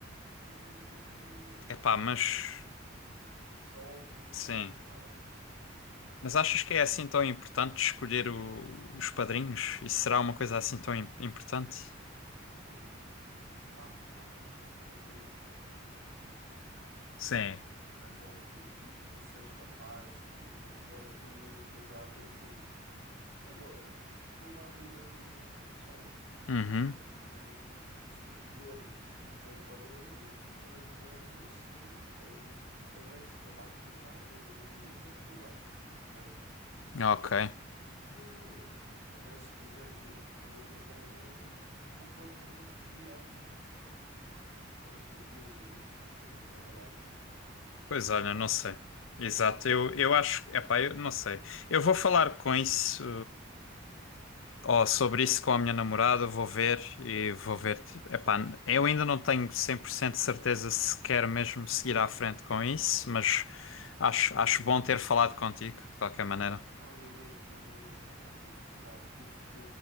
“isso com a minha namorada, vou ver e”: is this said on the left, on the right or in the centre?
Left